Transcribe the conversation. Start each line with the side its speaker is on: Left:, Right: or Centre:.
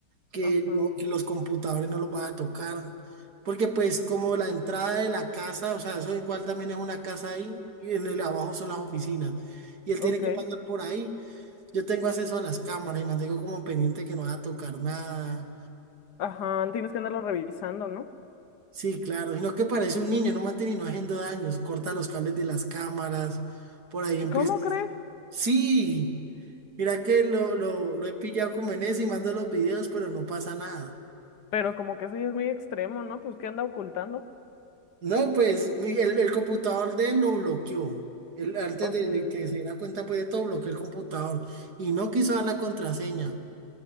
Right: que,
Left: Ajá.
Right: no- que los computadores no los van a tocar. Porque pues como la entrada de la casa, o sea, eso igual también es una casa ahí, y en el abajo son las oficinas. Y él
Left: Ok.
Right: tiene que pasar por ahí. Yo tengo acceso a las cámaras y mantengo como pendiente que no va a tocar nada.
Left: Ajá. Tienes que andarlo revisando, ¿no?
Right: Sí, claro, sino que parece un niño, no mate ni no haciendo daños, corta los cables de las cámaras, por ahí empieza.
Left: ¿Cómo crees?
Right: Sí, mira que lo, lo, lo he pillado como en eso y mando los videos, pero no pasa nada.
Left: Pero como que eso ya es muy extremo, ¿no? Pues ¿qué anda ocultando?
Right: No, pues mi- el, el computador de él lo bloqueó. Él, antes
Left: Ok,
Right: de, de que
Left: ok.
Right: se diera cuenta pues de todo, bloqueó el computador y no quiso dar la contraseña.